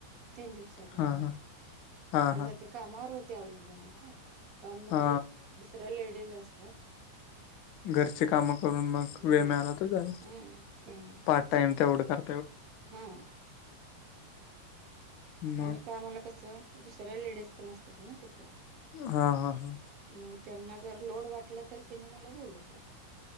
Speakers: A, on the right; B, on the left.
A: तीन दिवसातन
B: हा हा हा
A: आ
B: हा
A: जते कामावर होते अवलंबून हाय ना काम म्हणजे
B: हा
A: दुसऱ्या लेडीज असतात.
B: घरची काम करून मग,
A: हम्म
B: वेळ मिळाला तर जायच
A: हम्म हम्म
B: पार्ट टाइम तेवड कर
A: हा!
B: मग
A: आणि कामाला कस, दुसऱ्या लेडीज पण असत्यात ना तित
B: हा हा हा
A: मग तेना जर लोड वाटलं तर तेनी मला बोलवत्यात.